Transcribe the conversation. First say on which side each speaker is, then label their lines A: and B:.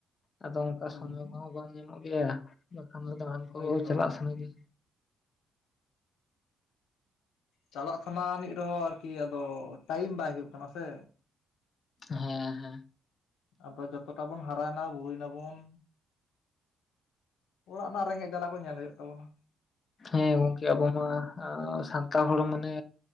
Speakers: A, on the left; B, on the left.
A: ᱟᱫᱚ ᱚᱝᱠᱟ
B: ᱦᱩᱸ
A: ᱥᱚᱢᱚᱭ ᱠᱚᱦᱚᱸ ᱵᱟᱝ ᱧᱟᱢᱚᱜ ᱜᱮᱭᱟ ᱾ ᱵᱟᱠᱷᱟᱱ ᱫᱚ ᱫᱟᱬᱟᱱ ᱠᱚ
B: ᱦᱳᱭᱛᱚ
A: ᱪᱟᱞᱟᱜ ᱥᱟᱱᱟ ᱜᱮᱭᱟ᱾
B: ᱪᱟᱞᱟᱜ ᱥᱟᱱᱟ ᱟᱹᱱᱤᱡ ᱨᱮᱦᱚᱸ ᱟᱨᱠᱤ ᱟᱫᱚ ᱴᱟᱭᱤᱢ ᱵᱟᱭ ᱦᱩᱭᱩᱜ ᱠᱟᱱᱟ ᱥᱮ᱾
A: ᱦᱮ ᱦᱮᱸ ᱦᱮᱸ
B: ᱟᱫᱚ ᱡᱚᱛᱚᱴᱟ ᱵᱩᱱ ᱦᱟᱨᱟᱭᱮᱱᱟ ᱵᱩᱨᱩᱭ ᱱᱟᱵᱩᱱ ᱚᱲᱟᱜ ᱨᱮᱱᱟᱜ ᱨᱮᱸᱜᱮᱡ ᱡᱟᱞᱟ ᱠᱚ ᱧᱮᱞ ᱦᱳᱭᱳᱜ ᱛᱟᱵᱚᱱᱟ᱾
A: ᱦᱮᱸ ᱜᱚᱝᱠᱮ ᱟᱵᱚ ᱢᱟ ᱥᱟᱱᱛᱟᱲ ᱦᱚᱲ ᱢᱟᱱᱮ